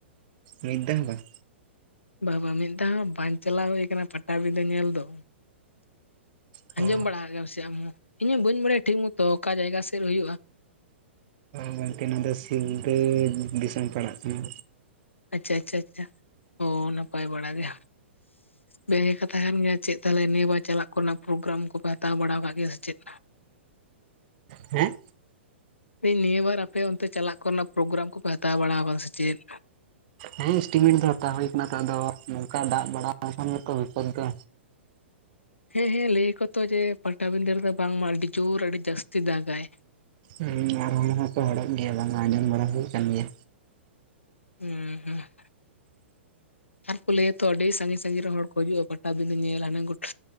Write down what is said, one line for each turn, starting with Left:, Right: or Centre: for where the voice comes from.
Right: ᱢᱤᱫ ᱫᱷᱟ ᱦᱚᱸ ᱵᱟᱝ
Left: ᱵᱟ ᱵᱟ ᱢᱤᱫ ᱫᱷᱟᱣ ᱦᱚᱸ ᱵᱟᱧ ᱪᱟᱞᱟᱣ ᱦᱩᱭ ᱠᱟᱱᱟ ᱯᱟᱴᱟᱵᱤᱰᱟᱹ ᱧᱮᱞ ᱫᱚ
Right: ᱚ
Left: ᱟᱹᱡᱚᱢ ᱵᱟᱲᱟ ᱜᱮᱭᱟᱢ ᱥᱮ ᱟᱢ ᱤᱧ ᱦᱚᱸ ᱵᱟᱹᱧ ᱵᱟᱲᱟᱭᱟ ᱴᱷᱤᱠ ᱢᱚᱛᱚ ᱚᱠᱟ ᱡᱟᱭᱜᱟ ᱥᱮᱜ ᱨᱮ ᱦᱩᱭᱩᱜᱼᱟ᱾
Right: ᱜᱚᱝᱠᱮ ᱱᱚᱣᱟ ᱫᱚ ᱥᱤᱞᱫᱟᱹ ᱫᱤᱥᱚᱢ ᱯᱟᱲᱟᱜ ᱠᱟᱱᱟ᱾
Left: ᱟᱪᱪᱷᱟ ᱟᱪᱪᱷᱟ ᱟᱪᱪᱷᱟ ᱚ ᱱᱟᱯᱟᱭ ᱵᱟᱲᱟ ᱜᱮ᱾ ᱵᱮᱜᱮ ᱠᱟᱛᱷᱟ ᱠᱟᱱ ᱜᱮᱭᱟ ᱪᱮᱫ ᱛᱟᱦᱚᱞᱮ ᱱᱤᱭᱟᱹ ᱵᱟᱨ ᱪᱟᱞᱟᱜ ᱠᱚᱨᱮᱱᱟᱜ ᱯᱨᱳᱜᱨᱟᱢ ᱠᱚᱯᱮ ᱦᱟᱛᱟᱣ ᱵᱟᱲᱟᱣ ᱟᱠᱟᱜ ᱜᱮᱭᱟ ᱥᱮ ᱪᱮᱫ?
Right: ᱦᱮᱸ
Left: ᱱᱤᱭᱟᱹ ᱵᱟᱨ ᱟᱯᱮ ᱚᱱᱛᱮ ᱪᱟᱞᱟᱜ ᱠᱚᱨᱮᱱᱟᱜ ᱯᱨᱳᱜᱨᱟᱢ ᱠᱚᱯᱮ ᱦᱟᱛᱟᱣ ᱵᱟᱲᱟᱣ ᱟᱠᱟᱜ ᱥᱮ ᱪᱮᱫ?
Right: ᱦᱮᱸ ᱤᱥᱴᱤᱢᱤᱱ ᱫᱚ ᱦᱟᱛᱟᱣ ᱦᱳᱭ ᱠᱟᱱᱟ ᱦᱟᱛᱟᱣ ᱫᱚ ᱱᱚᱝᱠᱟ ᱫᱟᱜ ᱵᱟᱲᱟ ᱠᱷᱟᱱ ᱜᱮᱛᱚ ᱵᱤᱯᱚᱛ ᱫᱚ᱾
Left: ᱦᱮᱸ ᱦᱮᱸ ᱞᱟᱹᱭᱟᱠᱚ ᱛᱚ ᱡᱮ ᱯᱟᱴᱟᱵᱤᱸᱫᱟᱹ ᱨᱮᱫᱚ ᱵᱟᱝᱢᱟ ᱟᱹᱰᱤ ᱡᱩᱨ ᱟᱹᱰᱤ ᱡᱟᱹᱥᱛᱤ ᱫᱟᱜᱟᱭ᱾
Right: ᱦᱩᱸ ᱟᱨ ᱦᱚᱲ ᱦᱚᱸᱠᱚ ᱦᱚᱲᱚᱜ ᱜᱮᱭᱟ ᱵᱟᱝᱢᱟ ᱟᱸᱡᱚᱢ ᱵᱟᱲᱟ ᱦᱩᱭ ᱠᱟᱱ ᱜᱮᱭᱟ᱾
Left: ᱦᱩᱸ ᱩᱸᱦᱜ ᱟᱨ ᱠᱚ ᱞᱟᱹᱭᱟᱛᱚ ᱟᱹᱰᱤ ᱥᱟᱹᱜᱤᱧ ᱥᱟᱹᱜᱤᱧ ᱨᱮᱱ ᱦᱚᱲ ᱠᱚ ᱦᱤᱡᱩᱜᱼᱟ ᱯᱟᱴᱟᱵᱤᱫᱟᱹ ᱧᱮᱞ ᱦᱟᱱᱮ ᱜᱚᱴᱟ